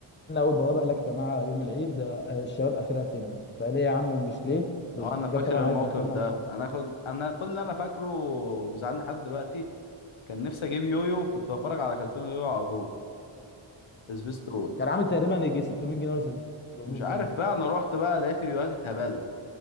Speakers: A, on the left; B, on the left.
A: اول بوابه قال لك يا جماعه يوم العيد آه، الشباب اخرها سينما فقال ليه يا عم مش ليه بجد
B: اه انا فاكر
A: طبعا
B: الموقف
A: عايز يدخلنا
B: ده انا كنت انا كل اللي انا فاكره ومزعلني لحد دلوقتي كان نفسي اجيب يويو كنت بتفرج على كرتون يويو على طول سبيستون
A: كان عامل تقريبا يجي 600 جنيه ولا 700
B: مش
A: جنيه
B: عارف بقى انا رحت بقى لقيت يويوهات اتهبل